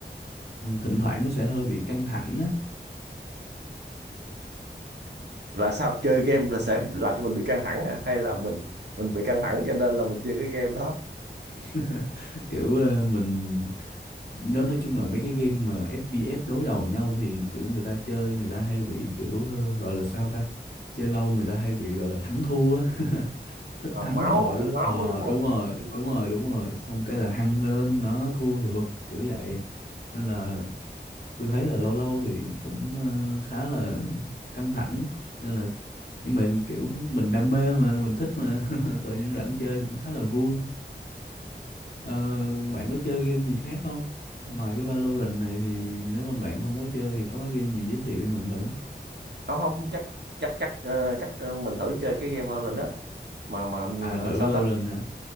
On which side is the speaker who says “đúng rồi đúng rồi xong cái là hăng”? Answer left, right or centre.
Left